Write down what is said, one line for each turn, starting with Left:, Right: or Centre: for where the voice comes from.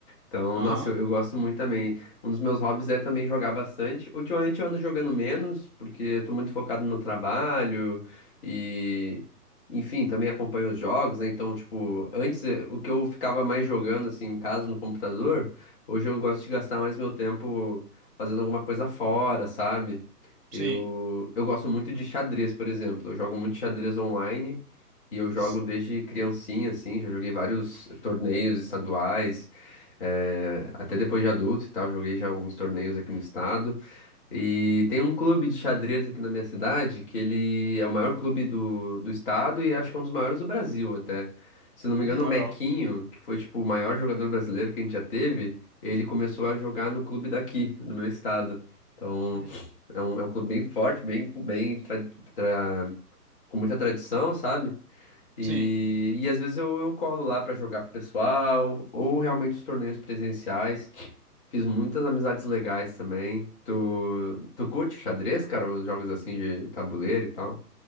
Centre: Então,
Right: Aham.
Centre: nossa, eu, eu gosto muito também. Um dos meus hobbies é também jogar bastante. Ultimamente eu ando jogando menos, porque eu tô muito focado no trabalho e, enfim, também acompanho os jogos, né? Então, tipo, antes eh, o que eu ficava mais jogando, assim, em casa, no computador, hoje eu gosto de gastar mais meu tempo fazendo alguma coisa fora, sabe? Eu,
Right: Sim.
Centre: eu gosto muito de xadrez, por exemplo. Eu jogo muito xadrez online e eu jogo
Right: S-
Centre: desde criancinha, assim, já joguei vários torneios estaduais. É, até depois de adulto e tal, joguei já alguns torneios aqui no estado. E tem um clube de xadrez aqui na minha cidade, que ele é o maior clube do, do estado e acho que é um dos maiores do Brasil até. Se não me
Right: Hum,
Centre: engano, o
Right: legal.
Centre: Mequinho, que foi tipo o maior jogador brasileiro que a gente já teve, ele começou a jogar no clube daqui, do meu estado. Então,
Right: Hum,
Centre: é um, é um clube bem forte, bem, bem tra- tra- com muita tradição, sabe? E,
Right: Sim.
Centre: e às vezes eu, eu colo lá pra jogar com o pessoal, ou realmente os torneios presenciais. Fiz muitas amizades legais também. Tu, tu curte xadrez, cara? Os jogos assim de tabuleiro e tal?